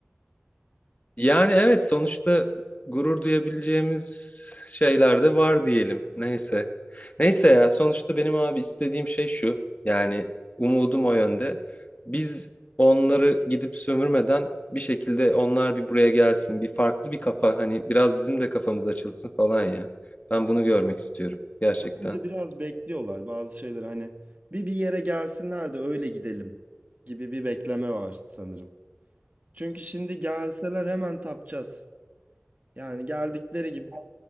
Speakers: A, on the left; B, on the right.
A: Yani evet sonuçta gurur duyabileceğimiz şeyler de var diyelim. Neyse. Neyse ya sonuçta benim abi istediğim şey şu. Yani umudum o yönde. Biz onları gidip sömürmeden bir şekilde onlar bir buraya gelsin. Bir farklı bir kafa hani biraz bizim de kafamız açılsın falan ya. Ben bunu görmek istiyorum gerçekten.
B: Bence biraz bekliyorlar bazı şeyleri hani bir bir yere gelsinler de öyle gidelim gibi bir bekleme var sanırım. Çünkü şimdi gelseler hemen tapacağız. Yani geldikleri gibi